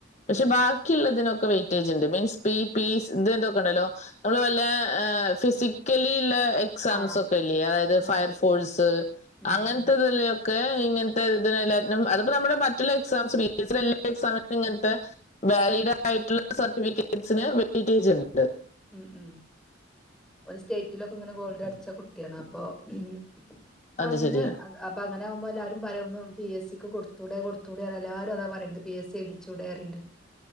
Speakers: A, on the left; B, in the centre.
A: പക്ഷെ
B: ഉം.
A: ബാക്കിയുള്ള തിനൊക്കെ വെ റ്റേജണ്ട്. മീൻസ് പി പീ സ് ത് ന്തൊക്കെ ണ്ടല്ലോ നമ്ള് വല്ല ഏ ഫിസിക്കലിള്ള എക്സാംസൊക്കെല്യ
B: ആ.
A: അതായത്
B: ഉം.
A: ഫയർ ഫോഴ്സ്
B: ഉം,
A: അങ്ങൻത്തതിലൊക്കെ
B: ഉം.
A: ഇങ്ങൻ ത്തെത് ല് നം അത്പ്പോ നമ്ടെ ബറ്റലെക്സാംസ് <unintelligible> ഇങ്ങൻതെ വാലീഡ <unintelligible> സർട്ടിഫിക്കറ്റ്ൻസ് ന് <unintelligible>
B: ഉം ഉം ഒരു സ്റ്റേറ്റിലൊക്കെ ങ്ങനെ ഗോൾഡ് അടിച്ച കുട്ട്യാണ് അപ്പൊ ഹും
A: അത്
B: അങ്ങനെ
A: ശരി
B: അത് അബാക് ങ്ങനാഉമ്പോ എല്ലാരും പയെ ഒന്നും പി എസ് സിക്ക് കൊടുത്തൂടെ കൊടുത്തൂടെ എല്ലാരും അതാ പറിന് ത് പി എസ് സി എയ്തിച്ചൂടെ അറിണ്ട്